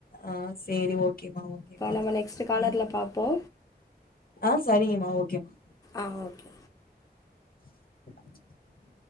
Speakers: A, on the left; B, on the left.
A: ஆ சேரி ஓகேமா ஓகேமா
B: நம்ம நெக்ஸ்ட் காலர்ல
A: ம்
B: பாப்போ
A: ஆ செரிங்கம்மா ஓகேம்மா
B: ஆ ஓகே
A: <inaudible>